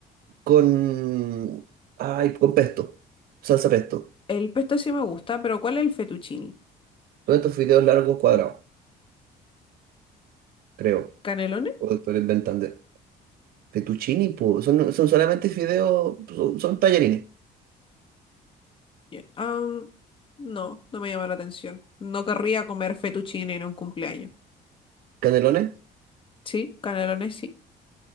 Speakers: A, on the right; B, on the left.
A: con, ay, con pesto, salsa pesto,
B: El pesto sí me gusta, pero ¿cuál es el fettuccine?
A: todos estos fideos largos cuadrados, creo,
B: ¿Canelones?
A: o esto lo inventan de fettuccini, pues, son, son solamente fideos, son, son tallarines,
B: Ya. Ah, no, no me llama la atención. No querría comer fettuccine en un cumpleaños.
A: canelones.
B: Sí, canelones sí,